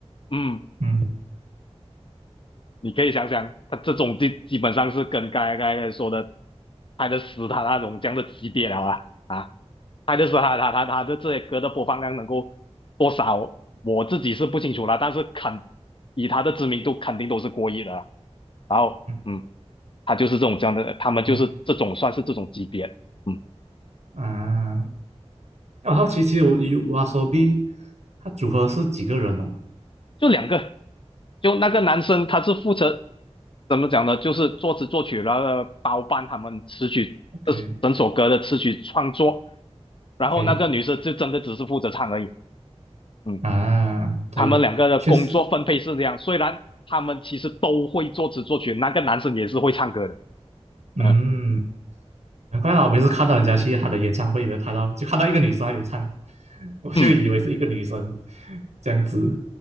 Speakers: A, on the left; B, on the right.
A: 嗯，
B: 嗯
A: 你可以想想，他这种基基本上是跟刚才刚才说的泰的《死他那种这样的级别了啊啊，泰的《死他他他他的这些歌的播放量能够多少，我自己是不清楚啦，但是肯以他的知名度肯定都是过亿的啦，然后嗯，
B: 嗯
A: 他就是这种这样的，他们就是这种算是这种级别，
B: 嗯
A: 嗯。
B: 啊，那我好奇，其实我有 YOASOBI，它组合是几个人哦
A: 就两个，就那个男生他是负责怎么讲呢？就是作词作曲，然后包办他们词曲这整首歌的词曲创作，
B: ？OK
A: 然后那个女生就真的只是负责唱而已。
B: OK
A: 嗯，
B: 啊，对，
A: 他们两个的工作分配是这样，
B: 确实，
A: 虽然他们其实都会作词作曲，那个男生也是会唱歌的。
B: 嗯，
A: 嗯
B: 难怪啦，我每次看到人家去他的演唱会里面拍到，就看到一个女生在那里唱，我就以为是一个女生
A: 嗯，
B: 这样子，